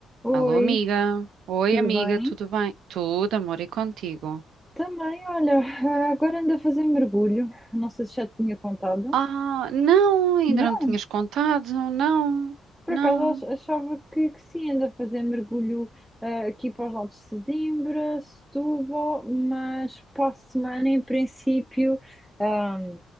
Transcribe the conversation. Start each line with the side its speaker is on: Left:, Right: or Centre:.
Centre: Oi,
Right: Alô, amiga. Oi,
Centre: tudo
Right: amiga,
Centre: bem?
Right: tudo bem? Tudo, amor, e contigo?
Centre: Também, olha, ah, agora ando a fazer mergulho. Não sei se já te tinha contado.
Right: Ah, não, ainda
Centre: Não,
Right: não tinhas contado, não,
Centre: por
Right: não.
Centre: acaso ach- achava que, que sim, ando a fazer mergulho ah, aqui para os lados de Sesimbra, Setúbal, mas para a semana, em princípio, ah,